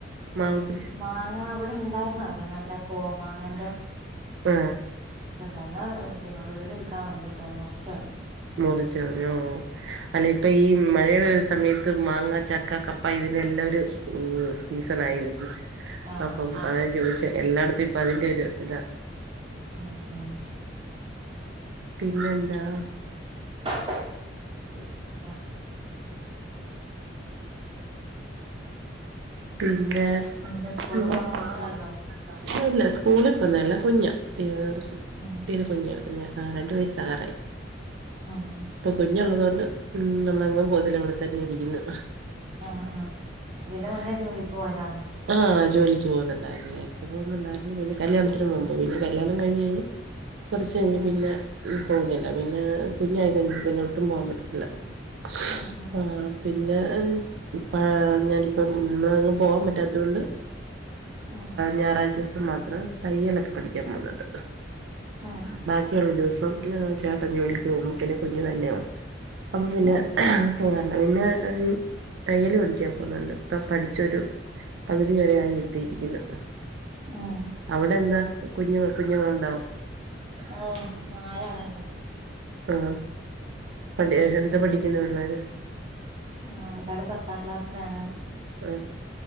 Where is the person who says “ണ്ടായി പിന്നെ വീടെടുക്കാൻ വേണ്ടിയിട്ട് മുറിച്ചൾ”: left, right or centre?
Right